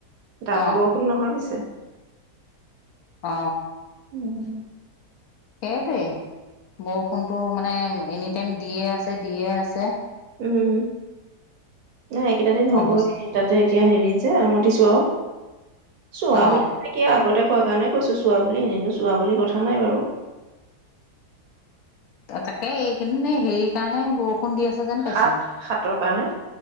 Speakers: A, on the right (about 70°); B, on the left (about 70°).
A: ডাঙৰ
B: অ
A: বৰষুণ নহয় পিছে।
B: অ।
A: উওম।
B: সেইটোৱেই, বৰষুণতটো মানে এনি টাইম দিয়ে আছে দিয়ে আছে।
A: উম, নাই <unintelligible>
B: অৱস্থা
A: তাতে এতিয়া হেৰি যে আমতিছো আৰু,
B: অ
A: <unintelligible> ক আগতে কোৱা কাৰণে কৈছো চোৱা বুলি এনিনো চোৱা বুলি কথা নাই বাৰু।
B: <unintelligible> হেৰি কাৰণে বৰষুণ দি আছে যেন। পাইছো
A: সাত, সাতৰ কাৰণে